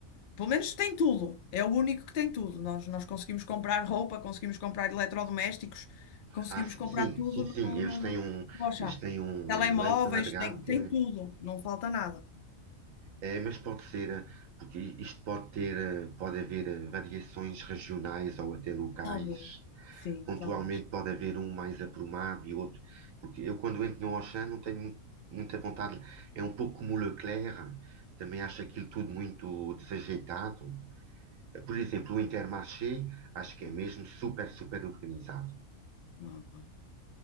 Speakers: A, on the left; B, on the right.
A: Pelo menos tem tudo. É o único que tem tudo. Nós, nós conseguimos comprar roupa, conseguimos comprar eletrodomésticos, conseguimos
B: ah, sim,
A: comprar
B: sim,
A: tudo
B: sim,
A: no,
B: sim, eles
A: no,
B: têm
A: no,
B: um,
A: no Auchan.
B: eles têm um
A: Telemóveis,
B: um leque alargado
A: tem, tem tudo. Não falta nada.
B: É, mas pode ser, eh, porque isto pode ter, eh, pode haver eh, variações regionais ou até locais.
A: Talvez. Sim,
B: Pontualmente
A: talvez.
B: pode haver um mais aprumado e outro. Porque eu quando entro no Auchan não tenho mu- muita vontade. É um pouco como o Leclerc, também acho aquilo tudo muito desajeitado. Eh, Por exemplo, o Intermarché acho que é mesmo super, super organizado.
A: Não. não.